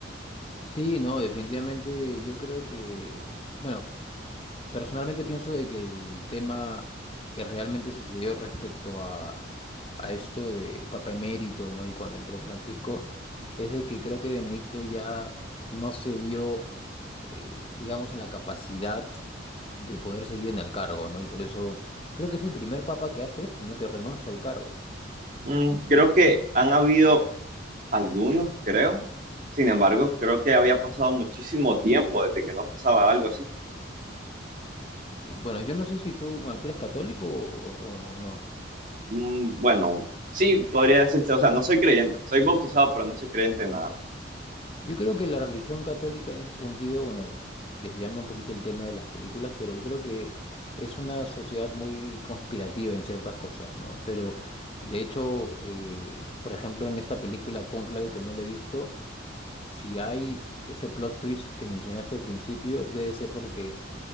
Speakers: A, on the left; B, on the right.
A: Sí, no, definitivamente yo creo que, bueno, Personalmente pienso de que el tema que realmente sucedió respecto a, a esto del Papa emérito, ¿no? Y cuando entró Francisco, es de que creo que Benedicto ya no se vio, eh, digamos, en la capacidad de poder seguir en el cargo, ¿no? Y por eso creo que es el primer papa que hace esto, ¿no? Que renuncia al cargo.
B: Mm, Creo que han habido algunos, creo. Sin embargo, creo que había pasado muchísimo tiempo desde que no pasaba algo así.
A: Bueno, yo no sé si tú, bueno, ¿tú eres católico o, o- o no?
B: Mm, bueno, sí, podría decirse, o sea, no soy creyente, soy bautizado, pero no soy creyente en nada.
A: Yo creo que la religión católica en ese sentido, bueno, desviando un poquito el tema de las películas, pero yo creo que es una sociedad muy conspirativa en ciertas cosas, ¿no? Pero de hecho, eh, por ejemplo, en esta película Cónclave que no le he visto, si hay ese plot twist que mencionaste al principio, debe ser porque